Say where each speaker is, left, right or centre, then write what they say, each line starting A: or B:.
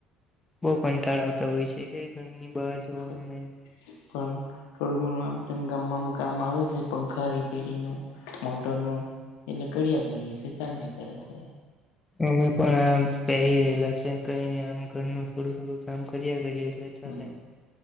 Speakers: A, on the left (about 15°); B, on the left (about 80°).
A: બઉુ કંટાળો આવતો હોય છે કે ઘરની બહાર જવાનું
B: <unintelligible>
A: નહી
B: પણ થોડું ઘણું આમ તેમ ગમવાનું કામ આવે છે પંખા રિપેરીંગ નું મોટરનું એટલે કર્યા કરીએ છે ચાલ્યા કરે છે
A: અમે પણ આ બેહી રહેલા છે કઈ નઈ આમ ઘરનું થોડું થોડું કામ કર્યા કરીએ એટલે ચાલે
B: હમ